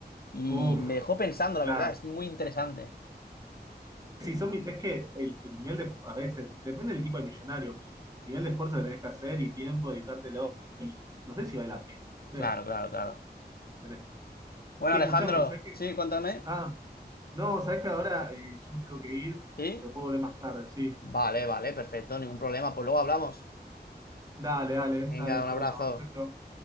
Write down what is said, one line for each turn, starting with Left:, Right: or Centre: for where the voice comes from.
Left: Y
Right: Uf,
Left: me dejó pensando, la
Right: claro.
Left: verdad, es muy interesante.
Right: Si son, mi- es que el, el nivel de, a veces, depende del tipo de millonario, pero el nivel de esfuerzo que tenés que hacer y tiempo, dedicártelo, no sé si vale la pena. Sí,
Left: Claro, claro, claro.
Right: tenés-
Left: Bueno,
Right: Che,
Left: Alejandro,
Right: escuchame, ¿sabés qué?
Left: sí, cuéntame.
Right: Ah, no, ¿sabés que ahora eh, yo me tengo que ir?
Left: ¿Sí?
Right: Me puedo volver más tarde, sí.
Left: Vale, vale, perfecto, ningún problema. Pues luego hablamos.
Right: Dale, dale,
Left: Venga,
Right: dale, pues,
Left: un abrazo.
Right: bueno, chau, chau.